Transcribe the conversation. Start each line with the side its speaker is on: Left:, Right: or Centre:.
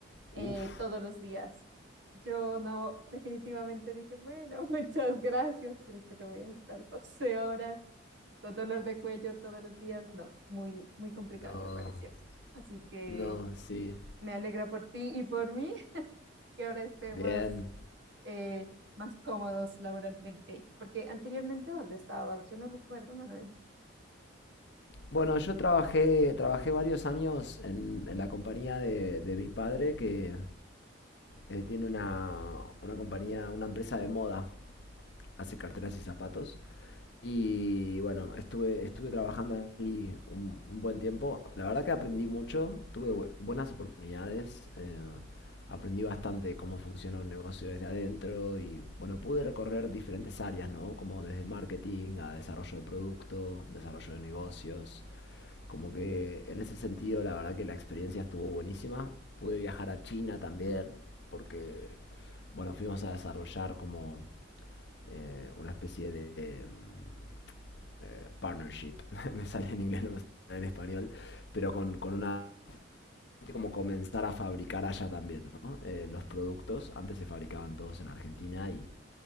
Right: eh,
Left: Uf.
Right: todos los días. Yo no, definitivamente dije, bueno, <laughs> muchas gracias, pero yo no voy a estar 12 horas con dolor de cuello todos los días. No, muy, muy complicado
Left: No.
Right: me pareció. Así que
Left: No, sí.
Right: me alegra por ti y por mí <laughs> que ahora estemos
Left: Bien.
Right: eh, más cómodos laboralmente. Porque anteriormente, ¿dónde estabas? Yo no recuerdo, Manuel.
Left: Bueno, yo trabajé, trabajé varios años en, en la compañía de, de mi padre que eh, tiene una, una compañía, una empresa de moda hace carteras y zapatos. Y bueno, estuve, estuve trabajando ahí un, un buen tiempo. La verdad que aprendí mucho, tuve bu- buenas oportunidades, eh, aprendí bastante cómo funciona un negocio desde adentro y bueno, pude recorrer diferentes áreas, ¿no? Como desde marketing a desarrollo de producto, desarrollo de negocios. Como que en ese sentido, la verdad que la experiencia estuvo buenísima. Pude viajar a China también, porque, bueno, fuimos a desarrollar como eh, una especie de mm, eh, partnership, <laughs> me sale en inglés, no me sale en español, pero con, con una como comenzar a fabricar allá también, ¿no? Eh, los productos antes se fabricaban todos en Argentina y